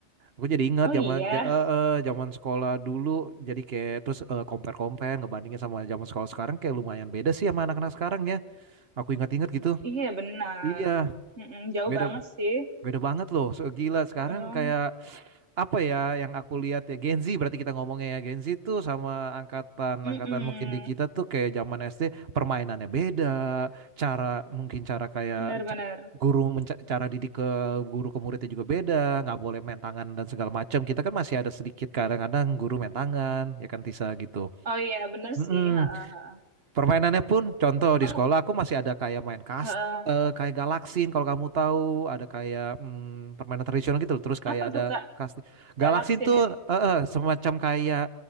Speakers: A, on the right (about 65°); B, on the right (about 80°).
A: Aku jadi ingat
B: Oh iya,
A: zaman ja- eh, eh, zaman sekolah dulu. Jadi kayak terus eh, compare-compare ngebandingin sama zaman sekolah sekarang kayak lumayan beda sih sama anak-anak sekarang ya. Aku ingat-ingat gitu.
B: iya benar.
A: Iya,
B: Mm-mm, Jauh
A: beda
B: banget sih.
A: beda banget loh. So, gila sekarang
B: Mm-mm.
A: kayak apa ya yang aku lihat ya Gen Z berarti kita ngomongnya ya Gen Z tuh sama angkatan
B: Mm-mm.
A: angkatan mungkin di kita tuh kayak zaman SD permainannya beda cara mungkin cara kayak
B: Benar-benar.
A: ca- guru menca- cara didik ke guru ke muridnya juga beda nggak boleh main tangan dan segala macam kita kan masih ada sedikit kadang-kadang guru main tangan ya kan Tisa gitu
B: Oh iya, benar
A: Mm-mm.
B: sih. Ha, ha, ha.
A: Permainannya pun contoh
B: Kamu
A: di sekolah aku masih ada kayak main kas
B: ha, ha.
A: eh, kayak galaksin kalau kamu tahu ada kayak mm, permainan tradisional gitu loh. Terus kayak
B: apa
A: ada
B: tuh Kak
A: kasti
B: Galaksin
A: galaksin tuh
B: itu?
A: eh, eh, semacam kayak